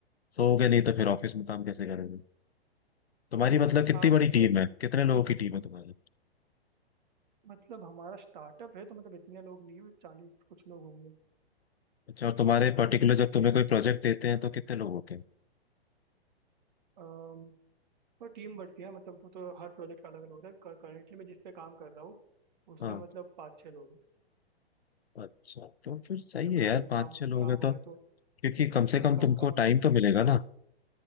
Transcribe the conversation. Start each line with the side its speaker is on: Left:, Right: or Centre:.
Left: सोओगे नहीं तो फिर ऑफिस में काम कैसे करोगे तुम्हारी मतलब कितनी
Right: हाँ
Left: बड़ी
Right: मतलब
Left: टीम है कितने लोगों की टीम है तुम्हारी
Right: मतलब हमारा स्टार्टअप है तो मतलब इतने लोग नहीं है चालीस कुछ लोग होंगे
Left: अच्छा और तुम्हारे पर्टिकुलर
Right: जब
Left: जब तुम्हें कोई प्रोजेक्ट देते हैं तो कितने लोग होते हैं
Right: अम, वो टीम बढ़ती है मतलब वो तो हर प्रोजेक्ट का अलग अलग होता है करेंटली मैं जिस पे काम कर रहा हूँ उसमें
Left: हाँ
Right: मतलब पाँच छः लोग हैं
Left: अच्छा तो फिर सही
Right: मतलब
Left: है
Right: कभी
Left: यार
Right: कभी
Left: पाँच
Right: काम
Left: छह लोग
Right: काम
Left: हैं तो
Right: आया तो
Left: क्योंकि कम
Right: कभी
Left: से कम
Right: कभी
Left: तुमको
Right: काम
Left: टाइम
Right: आया
Left: तो मिलेगा ना